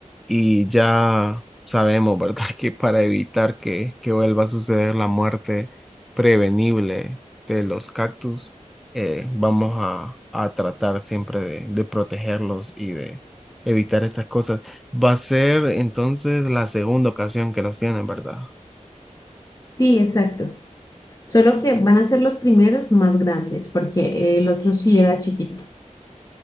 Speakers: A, in the centre; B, on the left.
A: Y ya sabemos, ¿verdad? <laughs> Que para evitar que, que vuelva a suceder la muerte prevenible de los cactus, eh, vamos a, a tratar siempre de, de protegerlos y de evitar estas cosas. Va a ser entonces la segunda ocasión que los tienen, ¿verdad?
B: Sí, exacto, solo que van a ser los primeros más grandes porque el otro sí era chiquito.